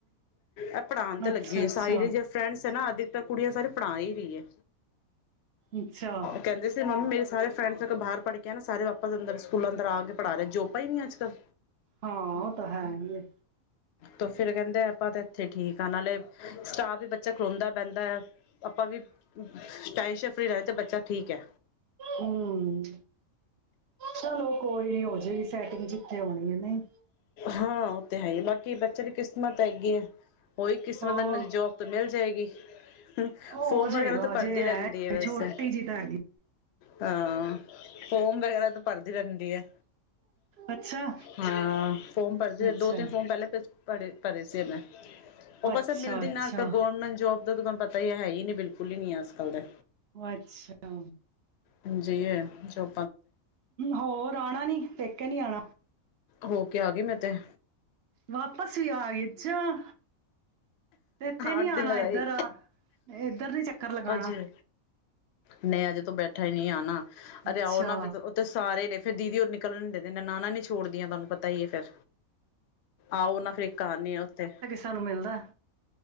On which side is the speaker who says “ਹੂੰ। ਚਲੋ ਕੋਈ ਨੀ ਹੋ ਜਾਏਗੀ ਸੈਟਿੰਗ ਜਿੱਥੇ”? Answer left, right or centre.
Right